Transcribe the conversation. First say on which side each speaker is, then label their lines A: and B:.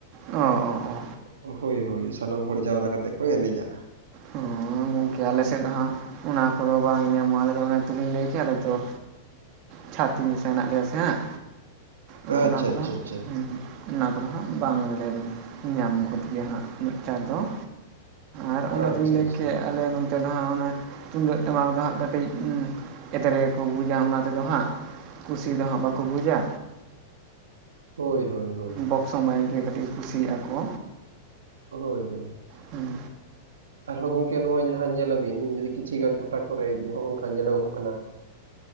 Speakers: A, on the right; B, on the right.
A: ᱚ ᱚ ᱚ
B: ᱦᱳᱭ ᱦᱳᱭ ᱥᱟᱱᱟᱢ ᱦᱚᱲ ᱡᱟᱣᱨᱟ ᱠᱟᱛᱮᱜ ᱠᱚ ᱮᱱᱮᱡᱟᱜᱼᱟ
A: ᱦᱚᱸ ᱜᱚᱝᱠᱮ ᱟᱞᱮ ᱥᱮᱫ ᱫᱚ ᱦᱟᱸᱜ ᱚᱱᱟ ᱠᱚᱫᱚ ᱵᱟᱝ ᱧᱟᱢᱚᱜᱼᱟ ᱟᱞᱮ ᱚᱱᱟ ᱛᱮᱞᱤᱧ ᱞᱟᱹᱭ ᱠᱮᱭᱟ ᱟᱞᱮ ᱛᱚ ᱪᱷᱟᱛᱤᱠ ᱢᱮᱥᱟ ᱦᱮᱱᱟᱜ ᱞᱮᱭᱟ ᱥᱮ ᱦᱟᱸᱜ
B: ᱟᱪᱪᱷᱟ
A: ᱟᱫᱚ ᱚᱱᱟ ᱠᱚᱫᱚ
B: ᱟᱪᱪᱷᱟ
A: ᱦᱟᱸᱜ
B: ᱟᱪᱪᱷᱟ
A: ᱚᱱᱟ ᱠᱚᱫᱚ ᱦᱟᱸᱜ ᱵᱟᱝᱞᱮ ᱧᱟᱢ ᱜᱚᱫᱽ ᱜᱮᱭᱟ ᱦᱟᱸᱜ ᱩᱱᱟ. ᱜ ᱪᱟᱲ ᱫᱚ ᱟᱨ
B: ᱟᱪᱪᱷᱟ
A: ᱚᱱᱮᱛᱩᱧ ᱞᱟᱹᱭ
B: ᱟᱪᱪᱷᱟ
A: ᱠᱮᱫ ᱟᱞᱮ ᱱᱚᱱᱚᱛᱮ ᱫᱚ ᱦᱟᱸᱜ ᱚᱱᱮ ᱛᱩᱢᱫᱟᱹᱜ ᱴᱟᱢᱟᱠ ᱫᱚ ᱦᱟᱸᱜ ᱠᱟᱴᱤᱡ ᱮᱫᱽᱨᱮ ᱜᱮ ᱠᱚ ᱵᱩᱡᱟ ᱚᱱᱟ ᱛᱮᱫᱚ ᱦᱟᱸᱜ ᱠᱩᱥᱤ ᱫᱚ ᱦᱟᱸᱜ ᱵᱟᱠᱚ ᱵᱩᱡᱟ
B: ᱦᱳᱭ ᱦᱳᱭ ᱦᱳᱭ
A: ᱵᱚᱠᱥᱚ ᱢᱟᱭᱤᱠ ᱜᱮ ᱠᱟᱴᱤᱡ ᱠᱩᱥᱤᱭᱟᱜᱼᱟ ᱠᱚ
B: ᱦᱳᱭ ᱦᱳᱭ
A: ᱦᱮᱸ
B: ᱟᱨᱦᱚᱸ ᱜᱚᱝᱠᱮ ᱱᱚᱜᱼᱚᱭ ᱡᱟᱦᱟᱸ ᱧᱮᱞᱟ ᱵᱤᱱ ᱡᱩᱫᱤ ᱠᱤᱪᱷᱤ ᱜᱟᱱ ᱴᱚᱴᱷᱟ ᱠᱚᱨᱮ ᱦᱚᱸᱜ ᱚᱝᱠᱟ ᱧᱮᱞᱚᱜᱚᱜ ᱠᱟᱱᱟ